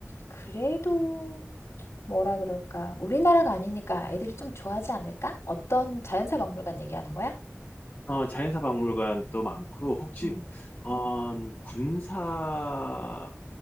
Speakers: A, on the left; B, on the left.
A: 그래도 뭐라 그럴까 우리나라가 아니니까 아이들이 좀 좋아하지 않을까? 어떤 자연사 박물관 얘기하는 거야?
B: 어 자연사 박물관도 많고 혹시
A: 음,
B: 어 군사